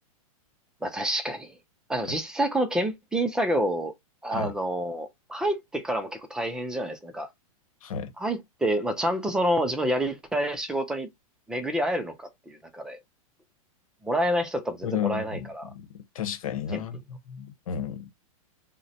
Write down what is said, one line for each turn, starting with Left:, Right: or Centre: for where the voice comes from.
Centre: まあ確かに。まあ、でも実際この検品作業、
Left: はい。
Centre: あの、
Left: はい。
Centre: 入ってからも結構大変じゃないですか。なんか、
Left: はい。
Centre: 入って、まあちゃんとその自分のやりたい仕事に巡り会えるのかっていう中で、もらえない人は多分全然もらえないから、
Left: うん。確かにな。
Centre: 検品の。
Left: うん。